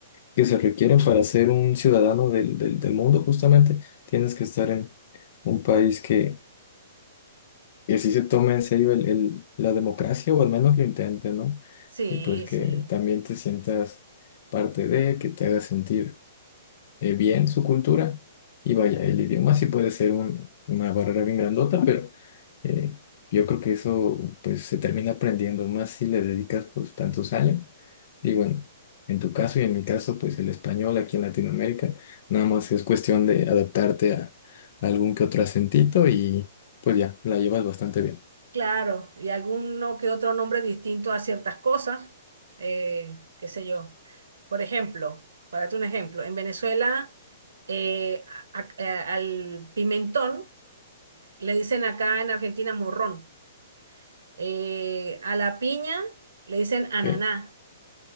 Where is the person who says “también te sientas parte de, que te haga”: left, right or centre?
Left